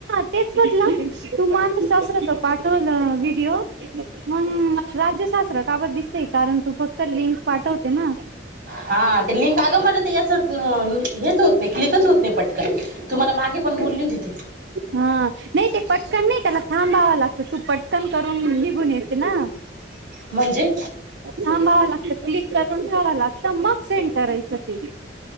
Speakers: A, on the right; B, on the right.
A: तेच म्हटलं तू मान सासरच पाठवलं व्हिडिओ मग राज्यशास्त्र काबत दिसतंय कारण तू फक्त लिंक पाठवते ना
B: हा ते लिंक आगं मला तर याच हेच होत नाही क्लिकच होत नाही पटकन तुम्हाला मागे पण बोलली तिथे
A: हा नाही ते पटकन नाही त्याला हां भावा लागतं खूप पटकन करून निघून येते ना
B: म्हणजे
A: थांबावं लागत क्लिक करून ठेवाव लागत मग सेंड करायचं ते